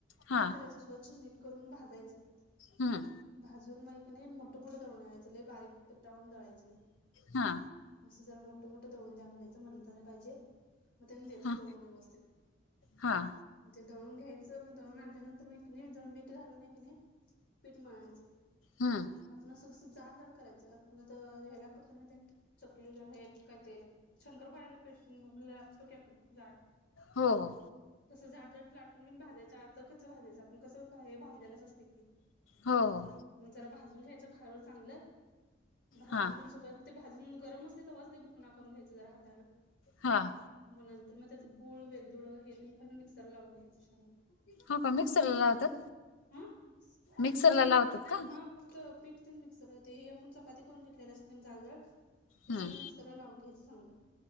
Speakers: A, on the left (about 85°); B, on the left (about 60°).
A: हां
B: नीट करायचं स्वच्छ नीट करून भाजायचं
A: हम्म
B: भाजून नई का नाइ मोठं -मोठं दळून आणायचं, लई बारीक पिटा वाणी दळायचं नाही.
A: हा,
B: असं जरा मोठं -मोठं दळून द्या म्हनायचं मलिदा ला पाहिजे, म तेन् देत्यात
A: हां
B: दळून व्यवस्थित.
A: हां
B: म ते दळून घ्यायचं, म दळून आणल्यानंतर म कि नई मिठ घालून नाई कणी पीठ मळायचं.
A: हम्म
B: आपण असं कसं जाड -जाड करायचं, आपण त ह्याला करतो ना ते चकलीला हे काय ते शंकरपाळ्याला पिठ लागतो की जाड
A: हो हो
B: तसं जाड -जाड लाटून बि भाजायं आर्ध कच्च भाजायचं, आपण कसं बी भाजलेलाच अस्तेय.
A: हो, हो
B: जरा भाजून घ्यायचं खवलं चांगलं भाजून
A: हां
B: घेऊन सगळ ते भाजून म असते तवाच ते बुकणा करून घ्यायचं जरा हातानं.
A: हां
B: मग नंतरन त्यात गुळ वेलदुडं हे तेन घालून मिक्सरला लावून घ्यायचं छान होतंय.
A: हो का, मिक्सरला लावतात?
B: आ नाही
A: मिक्सरला लावतात का
B: हा फक्त पीठ तेन मिक्सर ते हे आपण चपाती करून घेतलेलं असते ना जाड जाड ते
A: हम्म
B: सगळं मिक्सरला लावून घ्यायचं समदं,